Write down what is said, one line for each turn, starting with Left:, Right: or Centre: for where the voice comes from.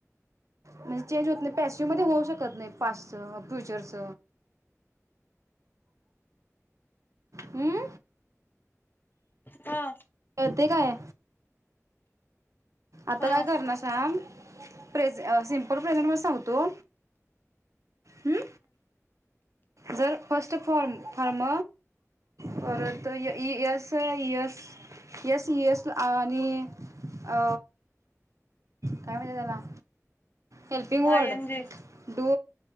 Right: म्हणजे चेंज होत नई, पॅसिव मध्ये होऊ शकत नई पास्टच अ फ्युचरच हम्म
Left: हा.
Right: कळतंय काय? आता
Left: ह
Right: काय करणार सांग. प्रेझ अ सिंपल प्रेझेंट मध्ये सांगतो, हम्म जर फर्स्ट फॉर्म फारर्म परत य E S S S S आणि अ काय म्हत्यात त्याला helping
Left: I
Right: word
Left: N G
Right: do